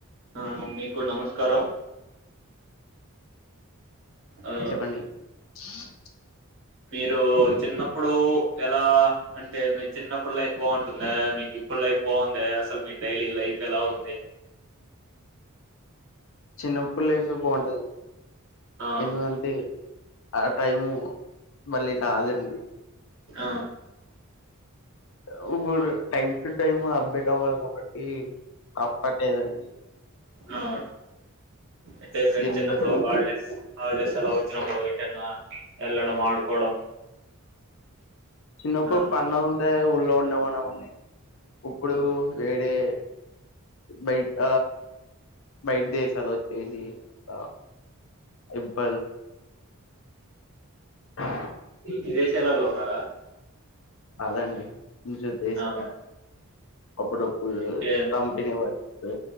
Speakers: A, on the right; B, on the left.
A: అవును మీకు నమస్కారం ఆ
B: చెప్పండి హ
A: మీరు చిన్నప్పుడు ఎలా అంటే మీ చిన్నప్పుడు లైఫ్ బాగుంటుంది మీకు ఇప్పుడు లైఫ్ బాగుంద అసలు మీ డైలీ లైఫ్ ఎలా ఉంటయ్
B: చిన్నప్పుడు లైఫే బాగుంటది
A: ఆ
B: ఎందుకంటే ఆ టైము మళ్ళీ రాదండి
A: ఆ
B: వుబుడు టైం టు టైం అప్డేట్ అవ్వాలి కాబట్టి తప్పట్టేదండి
A: ఆ అంటే మీరు
B: సెల్లు
A: చిన్నప్పుడు హాలిడేస్ హాలిడేస్ అలా వచ్చినప్పుడు ఎటన్నా వెళ్ళడం ఆడుకోవడం
B: చిన్నప్పుడు
A: ఆ
B: పండ కే ఊళ్ళో ఉండమనమండి ఇప్పుడు వేరే బయట బయట దేశాలు వచ్చేసి ఇక <unintelligible> ఆ
A: విదేశాలలో ఉన్నారా
B: కాదండి <unintelligible>
A: ఆ ఉమ్.
B: అప్పుడప్పుడు
A: అంటే
B: కంపెనీ వర్క్స్